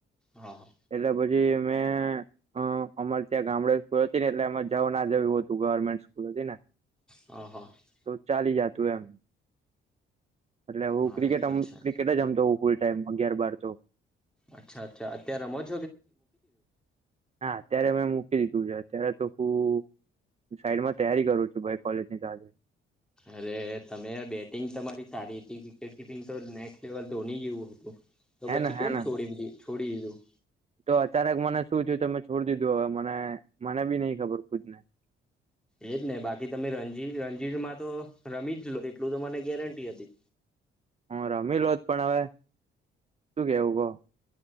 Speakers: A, in the centre; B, on the right (about 30°).
A: હા હા
B: એટલા પછી <unintelligible> મેં એ-એ-એ હ! અમારે ત્યાં ગામડે સ્કૂલ હતી ને એટલે અમે જવ ના જવું હતું ગવર્મેન્ટ સ્કૂલ હતી ને!
A: હા હા
B: તો ચાલી જતું એમ! એટલે હું
A: હા
B: ક્રિકેટ
A: એ
B: <unintelligible>
A: તો છે અચ્છા
B: ક્રિકેટ જ <unintelligible> મતો હોઉ ફૂલ ટાઈમ અગયાર બાર તો
A: અચ્છા અચ્ અત રમજ
B: હા! અત્યારે મેં મૂકી દીધું છે, અત્યારે તો હું સાઈડમાં તૈયારી કરું છું ભાઈ કોલેજ ની સાથે
A: અરે! તમે બેટિંગ તમારી સારી હતી વિકેટ કિપિંગ તો નેક્સ્ટ લેવલ ધોની જેવું હતું. તો
B: હે
A: પછી
B: ને હે
A: કેમ
B: ને
A: છોડી દ <unintelligible> છોડી દીધું.
B: તો અચાનક મને શું થયું <unintelligible> હવે મને મને બી નહી ખબર ખુદને!
A: એજ ને બાકી તમે રણજી રણજીરમાં તો રમી જ લો એટલું તો મને ગેરંટી હતી.
B: હ! રમી લો જ પણ હવે, શું કેવું કહ?